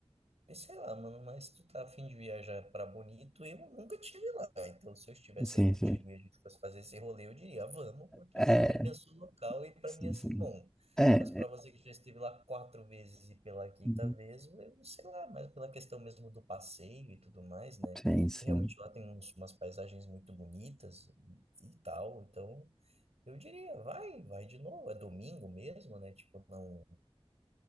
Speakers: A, on the right (about 85°); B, in the centre.
A: e sei lá, mano, mas tu tá a fim de viajar pra Bonito, eu nunca tive lá. Então, se eu estivesse
B: Sim,
A: aí contigo
B: sim.
A: e a gente fosse fazer esse rolê, eu diria, vamos, porque
B: É,
A: eu não conheço o local e pra
B: sim,
A: mim ia ser
B: sim.
A: bom.
B: É,
A: Mas pra
B: é,
A: você que já esteve lá quatro vezes e pela quinta
B: uhum,
A: vez, eu sei lá, mas pela questão mesmo do passeio e tudo mais, né?
B: sim, sim.
A: Que realmente lá tem uns- umas paisagens muito bonitas e tal, então eu diria, vai, vai de novo, é domingo mesmo, né? Tipo, não.